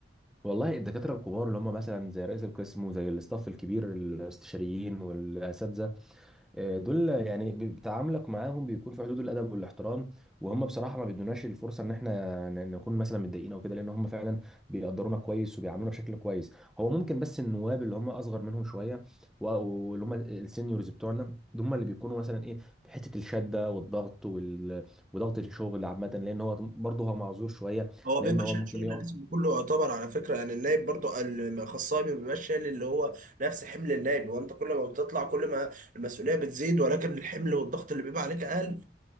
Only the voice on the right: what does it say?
هو
بيبقى
شايل
شغل
الاسم كله يعتبر على فكره يعني النايب برضو الخصائي ما بيبقاش شايل اللي هو نفس حمل النايب هو انت كل ما بتطلع كل ما المسؤوليه بتزيد ولكن الحمل والضغط اللي بيبقى عليك اقل